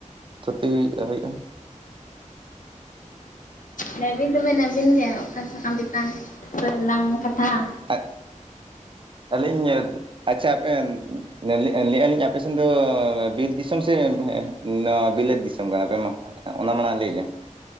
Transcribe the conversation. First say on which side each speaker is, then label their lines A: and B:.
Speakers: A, on the right; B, on the left.
A: ᱛᱷᱩᱛᱤ ᱦᱩᱭ ᱦᱩᱭᱩᱜ-ᱟ᱾
B: ᱞᱟᱹᱭ ᱵᱤᱱ ᱫᱚ ᱟᱹᱵᱤᱱ ᱜᱮ ᱚᱠᱟ ᱥᱟᱠᱟᱢ ᱪᱮᱛᱟᱱ ᱨᱮᱞᱟᱝ ᱠᱟᱛᱷᱟᱜ-ᱟ?
A: ᱟᱡ ᱟᱹᱞᱤᱧ ᱩᱸᱫ ᱟᱪᱪᱷᱟ ᱟᱯᱮ ᱩᱸ ᱞᱟᱹᱭ ᱞᱟᱹᱭᱮᱜ-ᱟ ᱞᱤᱧ ᱟᱯᱮ ᱥᱮᱱ ᱫᱚᱻ ᱵᱤᱨ ᱫᱤᱥᱚᱢ ᱥᱮ ᱮᱸ ᱱᱚᱣᱟ ᱵᱤᱞᱟᱹᱛ ᱫᱤᱥᱚᱢ ᱠᱟᱱᱟ ᱯᱮ ᱢᱟ ᱦᱟᱸ ᱚᱱᱟ ᱢᱟᱬᱟᱝ ᱞᱟᱹᱭ ᱞᱮᱢ?